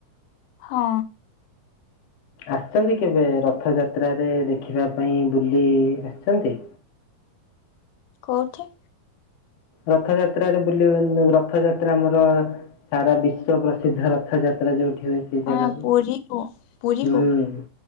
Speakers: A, on the left; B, on the left.
A: ହଁ।
B: ଆସିଚନ୍ତି କେବେ ରଥଯାତ୍ରାରେ ଦେଖିବା ପାଇଁ ବୁଲି ଆସିଚନ୍ତି?
A: କଉଠି?
B: ରଥଯାତ୍ରାରେ ବୁଲି ରଥଯାତ୍ରା ଆମର ସାରା ବିଶ୍ଵ ପ୍ରସିଦ୍ଧ ରଥଯାତ୍ରା ଯୋଉଠି ହେ ସେ ଜାଗାକୁ
A: ଅ ପୁରୀ କୁ ପୁରୀ
B: ହୁଁ।
A: କୁ